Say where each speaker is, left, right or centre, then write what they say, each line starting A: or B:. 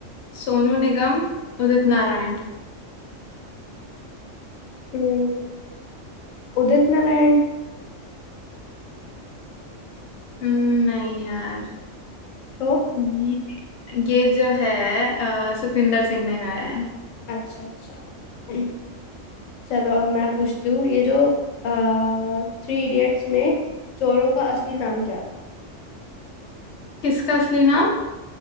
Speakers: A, on the left; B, on the left.
A: सोनू निगम उदित नारायण
B: हम्म, उदित नारायण
A: हम्म, नहीं यार
B: तो
A: ये ये जो है अ, सुखविंदर सिंह ने गाया है
B: अच्छा अच्छा <clears throat> चलो अब मैं पूछती हूँ ये जो थ्री इडियट्स में चोरों का असली नाम क्या था
A: किसका असली नाम